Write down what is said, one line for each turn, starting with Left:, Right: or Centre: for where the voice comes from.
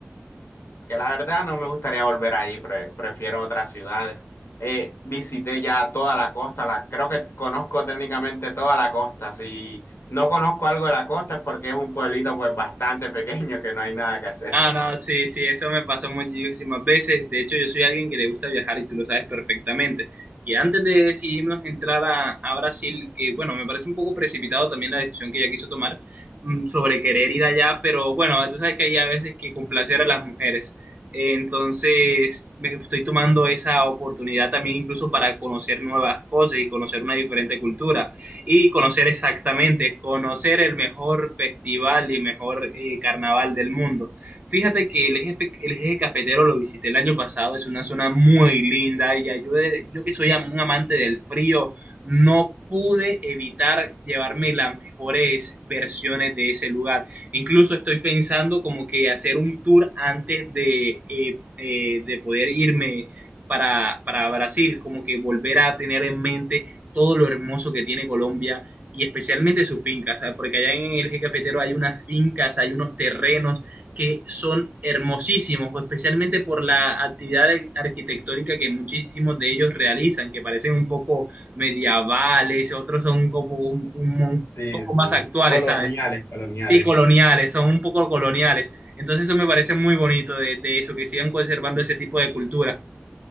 Left: que la verdad no me gustaría volver ahí, pre- prefiero otras ciudades. Eh, visité ya toda la costa, la, creo que conozco técnicamente toda la costa. Si no conozco algo de la costa es porque es un pueblito pues bastante pequeño que no hay nada que hacer.
Right: Ah, no, sí, sí, eso me pasa muchísimas veces. De hecho, yo soy alguien que le gusta viajar y tú lo sabes perfectamente. Que antes de decidirnos entrar a, a Brasil, que bueno, me parece un poco precipitado también la decisión que ella quiso tomar mm, sobre querer ir allá, pero bueno, tú sabes que hay a veces que complacer a las mujeres. Entonces, me estoy tomando esa oportunidad también incluso para conocer nuevas cosas y conocer una diferente cultura y conocer exactamente, conocer el mejor festival y mejor eh, carnaval del mundo. Fíjate que el eje, el eje cafetero lo visité el año pasado, es una zona muy linda y yo, yo que soy am- un amante del frío, no pude evitar llevarme las mejores versiones de ese lugar. Incluso estoy pensando como que hacer un tour antes de, eh, eh, de poder irme para, para Brasil, como que volver a tener en mente todo lo hermoso que tiene Colombia y especialmente sus fincas, ¿sabes? porque allá en el eje cafetero hay unas fincas, hay unos terrenos que son hermosísimos, especialmente por la actividad ar- arquitectónica que muchísimos de ellos realizan, que parecen un poco medievales, otros son como un, un- un
Left: Sí,
Right: poco
Left: sí.
Right: más actuales,
Left: Coloniales,
Right: ¿sabes?
Left: coloniales.
Right: Sí, coloniales, son un poco coloniales. Entonces eso me parece muy bonito de, de eso, que sigan conservando ese tipo de cultura.